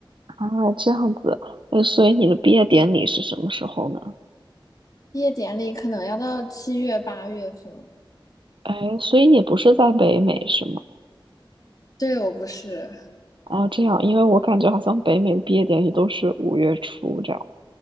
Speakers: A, on the right (about 70°); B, on the left (about 45°).
A: 啊，这样子，呃，所以你的毕业典礼是什么时候呢？
B: 毕业典礼可能要到七月八月份，
A: 哎，所以你不是在北美是吗？
B: 对，我不是，
A: 啊，这样，因为我感觉好像北美的毕业典礼都是五月初这样。